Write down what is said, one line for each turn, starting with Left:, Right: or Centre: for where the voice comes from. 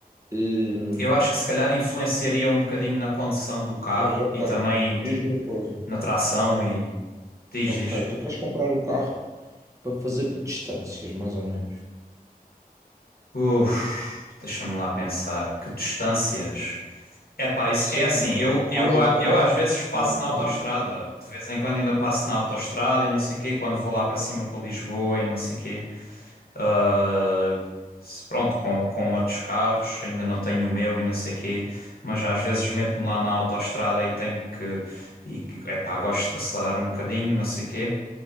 Right: Hum,
Left: Eu acho que se calhar influenciaria um bocadinho na condução do carro
Right: mas ok.
Left: e também, tipo,
Right: Diz-me uma coisa.
Left: na tração e. Diz,
Right: Ok.
Left: diz.
Right: Tu queres comprar o carro para fazer que distâncias, mais ou menos?
Left: Uf, deixa-me lá pensar. Que distâncias. É, pá, isso
Right: Sim.
Left: é assim, eu, eu,
Right: Casa,
Left: a-
Right: trabalho,
Left: eu às vezes passo
Right: mal casa.
Left: na autoestrada, de vez em quando ainda passo na autoestrada e não sei quê, quando vou lá para cima para Lisboa e não sei quê, ah, se- pronto, com, com outros carros, ainda não tenho o meu e não sei quê, mas às vezes meto-me lá na autoestrada e tenho que, e, é pá, gosto de acelerar um bocadinho, não sei quê,